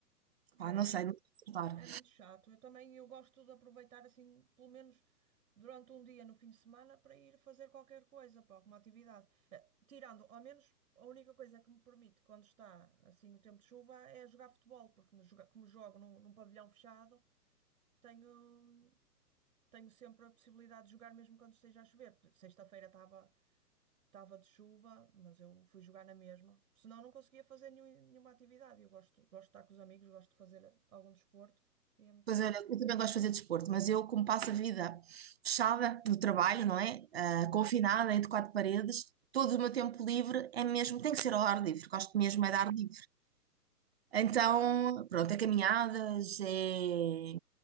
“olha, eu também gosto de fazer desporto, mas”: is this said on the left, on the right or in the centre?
Right